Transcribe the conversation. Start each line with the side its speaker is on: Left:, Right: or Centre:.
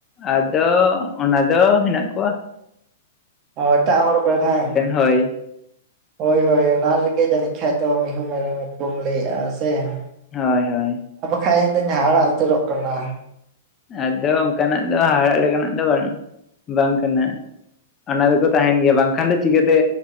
Left: ᱟᱫᱚ ᱚᱱᱟ ᱫᱚ ᱦᱮᱱᱟᱜ ᱠᱚᱣᱟ ᱾
Right: ᱚ ᱮᱴᱟᱜ ᱦᱚᱲ ᱠᱚᱨᱮ ᱵᱟᱝ
Left: ᱦᱳᱭ
Right: ᱾ ᱦᱳᱭ ᱦᱳᱭ ᱚᱱᱟ ᱨᱮᱜᱮ ᱡᱟᱹᱱᱤᱡ ᱠᱷᱟᱱ ᱫᱚ ᱢᱤᱦᱩ ᱢᱮᱨᱚᱢ ᱠᱚᱢ ᱞᱟᱹᱭᱮᱜᱼᱟ ᱥᱮ ᱾
Left: ᱦᱳᱭ ᱦᱳᱭ ᱾
Right: ᱤᱧ ᱫᱩᱧ ᱦᱟᱦᱟᱲᱟ ᱩᱛᱟᱹᱨᱚᱜ ᱠᱟᱱᱟ ᱾
Left: ᱟᱫᱚ ᱚᱱᱠᱟᱱᱟᱜ ᱫᱚ ᱦᱟᱦᱟᱲᱟᱜ ᱞᱮᱠᱟᱱᱟᱜ ᱫᱚ ᱵᱟᱝ ᱵᱟᱝ ᱠᱟᱱᱟ ᱾ ᱚᱱᱟ ᱫᱚᱠᱚ ᱛᱟᱦᱮᱸᱱ ᱜᱮᱭᱟ ᱵᱟᱝᱠᱷᱟᱱ ᱫᱚ ᱪᱤᱠᱟᱹᱛᱮ